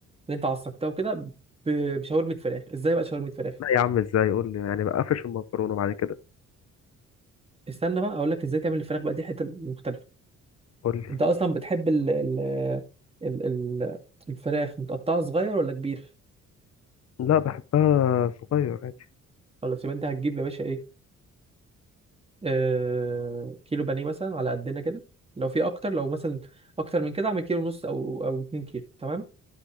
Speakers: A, on the right; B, on the left.
A: اللي أنت عصقتها وكده ب- بشاورمة فراخ إزاي بقى شاورمة فراخ
B: لا يا عم ازاي قول لي يعني بقفش المكرونة بعد كده
A: استنى بقى أقول لك إزاي تعمل الفراخ بقى دي حتة مختلفة
B: قول لي
A: أنت أصلا بتحب ال ال ال ال الفراخ متقطعة صغير ولا كبير
B: لا بحبها صغير عادي
A: خلاص يبقى أنت هتجيب يا باشا إيه آه، كيلو بانيه مثلا على قدنا كده لو في اكتر لو مثلا اكتر من كده اعمل كيلو ونص او او 2 كيلو تمام